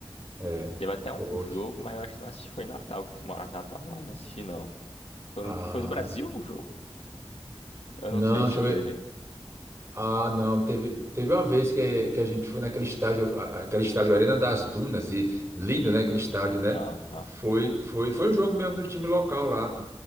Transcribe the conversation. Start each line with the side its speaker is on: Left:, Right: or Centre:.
Right: É.
Left: Teve até um
Right: Poxa.
Left: jogo, mas eu acho que não assisti. Foi em Natal, que tu morava em Natal, mas não assisti não. Foram-
Right: Ah.
Left: Foi do Brasil o jogo? Eu
Right: Não,
Left: não sei se
Right: deixa
Left: teve.
Right: eu ver. Ah, não, teve, teve uma vez que, que a gente foi naquele estádio, a- aquele estádio Arena das Dunas, e lindo, né, aquele estádio, né?
Left: Aham.
Right: Foi, foi, foi um jogo mesmo do time local lá.